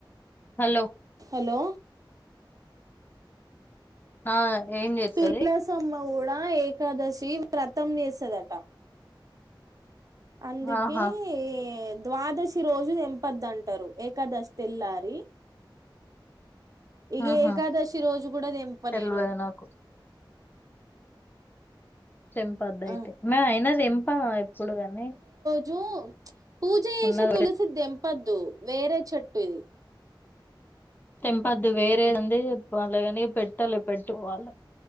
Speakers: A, on the left (about 25°); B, on the right (about 45°).
A: హలో.
B: హలో.
A: ఆ ఏం చేత్తది
B: తులసమ్మ, గూడా ఏకాదశి. టివ్, వ్రతం చేస్తదంట? అందుకే,
A: ఆహా
B: ఎయిద. ద్వాదశి రోజు, తెంపదు అంటారు. ఏకాదశి తెల్లారి. ఇగా
A: ఆహా
B: ఏకాదశి రోజు, కూడా తెంపా
A: తెల్వదు
B: నేను.
A: నాకు తెంపద్దు అయితే!
B: ఆ
A: మె అయినా తెంపా ఎప్పుడు కాని.
B: జూ, పూజ చేసే
A: ఉన్నది
B: తులసిద్ తెంపద్దు? వేరే చెట్టు ఇది.
A: తెంపద్దు? వేరేది ఉంది. వలయ అన్ని పెట్టాలి పెట్టుకోవాలి.